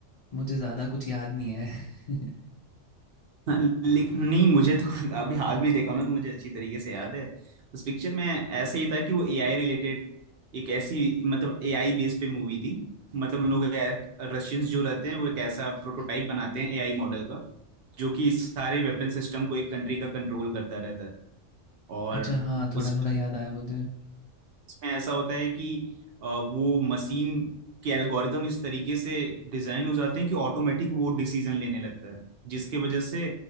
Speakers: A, on the left; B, on the right.
A: मुझे ज़्यादा कुछ याद नहीं है <laughs>
B: हाँ, लेक- नहीं मुझे तो <laughs> अभी हाल में देखा ना तो मुझे अच्छी तरीके से याद है उस पिक्चर में ऐसे ही था कि वो एआई रिलेटेड एक ऐसी मतलब एआई बेस पे मूवी थी मतलब उन लोग रशियंस जो रहते हैं वो एक ऐसा प्रोटोटाइप बनाते हैं एआई मॉडल का जो कि सारे वेपन सिस्टम को एक कंट्री का कंट्रोल करता रहता है और
A: अच्छा हाँ
B: उस
A: थोड़ा थोड़ा याद आया मुझे
B: उसमें ऐसा होता है कि अ, वो मशीन के एल्गोरिदम इस तरीके से डिजाइन हो जाते हैं कि ऑटोमेटिक वो डिसीजन लेने लगता है जिसके वजह से